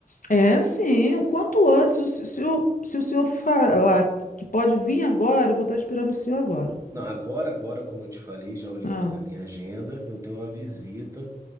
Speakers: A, on the left; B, on the right.
A: É, sim. O quanto antes, o se, se o, se o senhor falar que pode vir agora, eu vou estar esperando o senhor agora.
B: Não, agora, agora, como eu te falei, já olhei
A: Ah,
B: aqui na minha agenda, eu tenho uma visita